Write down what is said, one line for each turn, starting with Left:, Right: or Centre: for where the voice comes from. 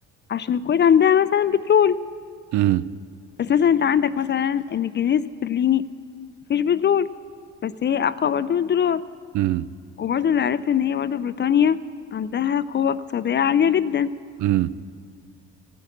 Left: عشان الكويت عندها مثلا بترول
Right: امم
Left: بس مثلا انت عندك مثلا ان الجنيه الاسترليني مفيش بترول بس هي اقوى برضو من الدولار
Right: امم
Left: وبرضه اللي عرفت ان هي برضه بريطانيا عندها قوة اقتصادية عالية جدا
Right: امم